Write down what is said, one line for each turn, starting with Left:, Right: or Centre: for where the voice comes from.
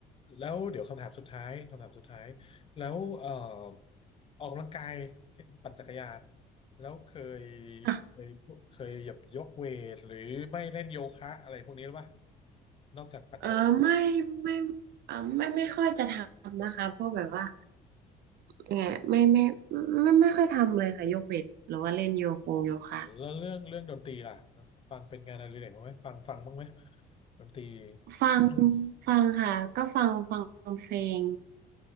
Left: แล้วเดี๋ยวคำถามสุดท้ายคำถามสุดท้ายแล้วเอ่อออกกำลังกายปั่นจักรยานแล้วเคย
Right: ค่ะ
Left: เคยเคยหยับยกเวทหรือไม่เล่นโยคะอะไรพวกนี้หรือเปล่านอกจากปั่นจักรยาน
Right: เออไม่ไม่เออไม่ไม่ค่อยจะทำนะคะเพราะแบบว่ายังไงไม่ไม่ไม่ไม่ไม่ค่อยทำเลยค่ะยกเวทหรือว่าเล่นโยกงโยคะ
Left: อืมแล้วเรื่องเรื่องดนตรีล่ะเออฟังเป็นงานอดิเรกบ้างไหมฟังฟังบ้างไหมดนตรี
Right: ฟัง
Left: <coughs>
Right: ฟังค่ะก็ฟังฟังเพลง